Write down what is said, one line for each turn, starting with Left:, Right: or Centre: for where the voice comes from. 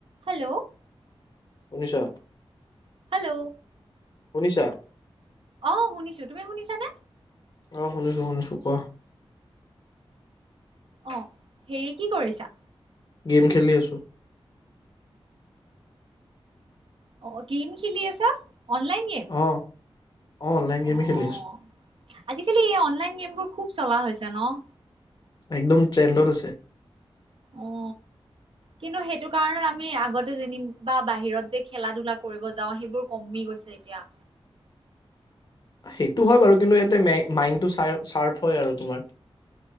Right: Hello.
Left: শুনিছো।
Right: Hello.
Left: শুনিছা?
Right: অ', শুনিছো, তুমি শুনিছানে?
Left: অ', শুনিছো শুনিছো কোৱা।
Right: অ', হেৰি কি কৰিছা?
Left: গেম খেলি আছোঁ।
Right: অ', কি খেলি আছা? অনলাইন গেম,
Left: অ অ অনলাইন গেমে
Right: অ',
Left: খেলি আছো
Right: আজিকালি এই অনলাইন গেমবোৰ খুব চলা হৈছে ন'?
Left: একদম ট্ৰেণ্ডত আছে।
Right: অ', কিন্তু সেইটো কাৰণত আমি আগতে যেনি বা বাহিৰত যে খেলা-ধূলা কৰিব যাওঁ সেইবোৰ কমি গৈছে এতিয়া।
Left: সেইটো হয় বাৰু, কিন্তু ইয়াতে মাইণ্ডটো চাপ চাৰ্প হয় আৰু তোমাৰ।